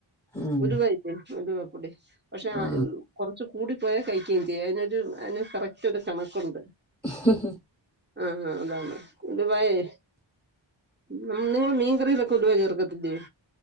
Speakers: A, in the centre; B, on the right.
A: ഉം
B: ഉലുവായില്ലേ ഉലുവപ്പൊടി പക്ഷെ
A: ആ
B: കൊറച്ച് കൂടി പോയാ കയിക്കുകയും ചെയ്യു അതിനൊരു അതിന് കറക്റ്റ് ഒരു കണക്കുണ്ട്
A: മ്ഹ ഹ
B: ആഹ് അതാണ് ഉലുവായെ നിങ്ങള് മീൻ കറിയിലൊക്കെ ഉലുവ ചേർക്കത്തില്ലയോ